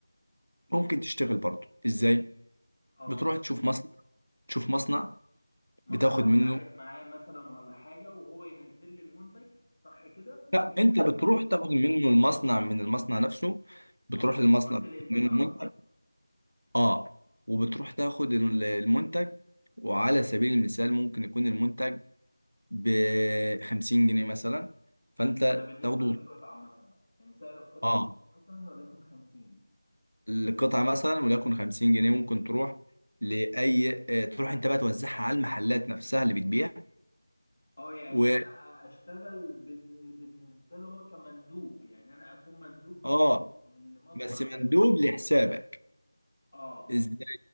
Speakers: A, on the right; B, on the left.
A: ممكن تشتغل برضه ازاي
B: اه
A: بتروح تشوف مصنع تشوف مصنع
B: مصنع
A: بتاخد منه
B: واتعاقد معاه مثلا ولا حاجه وهو ينزل لي المنتج صح كده وانا
A: لا انت بتروح
B: ابيعه
A: تاخد منه المصنع من المصنع نفسه بتروح
B: اه
A: للمصنع
B: خط
A: تاخد
B: الانتاج
A: منه
B: على
A: المنتج
B: طول
A: اه وبتروح تاخد ال- المنتج وعلى سبيل المثال ممكن يكون المنتج ب 50 جنيه مثلا فانت
B: ده بالنسبه
A: تاخده
B: للقطعه مثلا يعني سعر القطعه
A: اه
B: الواحده مثلا وليكن 50
A: القطعه مثلا وليكن 50 جنيه ممكن تروح لاي آه تروح انت بقى توزعها على المحلات نفسها اللي بتبيع
B: اه يعني
A: و
B: انا اشتغل بالن- بالنسبه له هو كمندوب يعني انا اكون مندوب
A: اه
B: بي- المصنع
A: بس مندوب
B: ده
A: لحسابك
B: اه
A: ازاي